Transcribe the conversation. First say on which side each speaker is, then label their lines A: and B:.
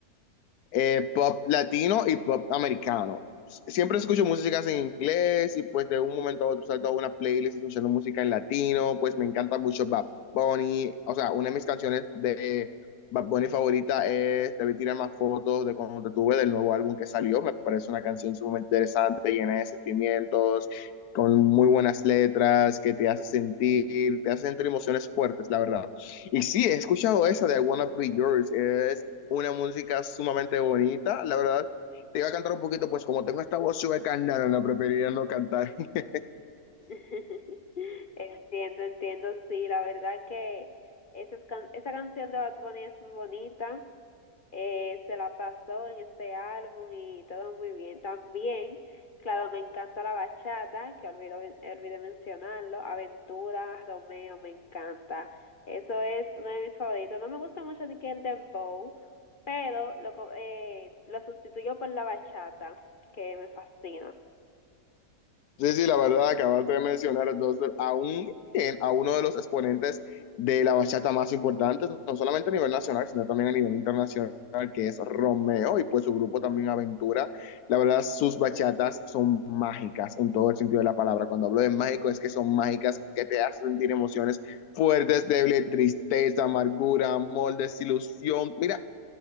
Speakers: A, on the left (about 85°); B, on the left (about 40°).
A: eh, pop latino y pop americano. Siempre escucho músicas en inglés y pues de un momento a otro salto a una playlist escuchando música en latino, pues me encanta mucho Bad Bunny, o sea, una de mis canciones de Bad Bunny favorita es Debí tirar más fotos de cuando te tuve del nuevo álbum que salió, me parece una canción sumamente interesante, llena de sentimientos, con muy buenas letras, que te hace sentir, te hace sentir emociones fuertes, la verdad. Y sí, he escuchado esa de I Wanna Be Yours, es una música sumamente bonita, la verdad. Te iba a cantar un poquito, pues como tengo esta voz sueca, no, no, no, preferiría no cantar. <laughs>
B: <laughs> Entiendo, entiendo, sí, la verdad que esa, esa canción de Bad Bunny es muy bonita, eh, se la pasó en este álbum y todo muy bien. También, claro, me encanta la bachata, que olvido, olvidé mencionarlo, Aventura, Romeo, me encanta. Eso es uno de mis favoritos. No me gusta mucho ni que el dembow, pero lo, co- eh, lo sustituyo por la bachata, que me fascina.
A: Sí, sí, la verdad, acabaste de mencionar entonces, a, un, a uno de los exponentes de la bachata más importantes, no solamente a nivel nacional, sino también a nivel internacional, que es Romeo y pues su grupo también Aventura. La verdad, sus bachatas son mágicas en todo el sentido de la palabra. Cuando hablo de mágico, es que son mágicas que te hacen sentir emociones fuertes, débiles, tristeza, amargura, amor, desilusión. Mira,